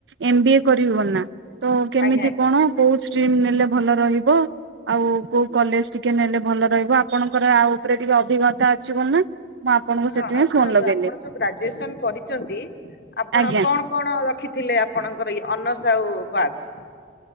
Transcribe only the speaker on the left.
ଆଜ୍ଞା ଆଜ୍ଞା
ହଁ
ଶୁଣନ୍ତୁ
ଆପଣ ଯୋଉ ଗ୍ରାଜୁଏସନ କରିଛନ୍ତି ଆପଣ
କଣ କଣ ରଖିଥିଲେ ଆପଣଙ୍କର ଏଇ ଅନସ ଆଉ ପାସ